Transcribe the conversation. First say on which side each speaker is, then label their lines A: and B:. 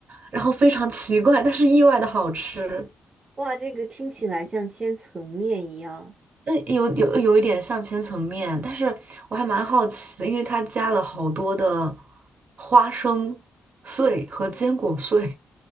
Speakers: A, on the right; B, on the right.
A: 然后非常奇怪，但是意外的好吃。
B: 哇，这个听起来像千层面一样。
A: 那有有有一点像千层面，但是我还蛮好奇的，因为它加了好多的花生碎和坚果碎，